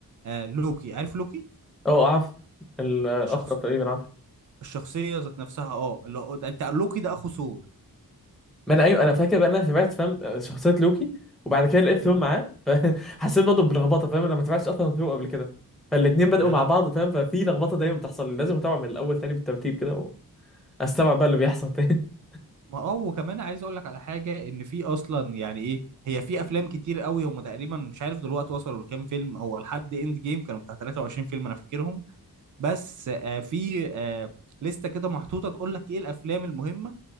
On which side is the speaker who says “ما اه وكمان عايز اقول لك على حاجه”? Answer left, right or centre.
Right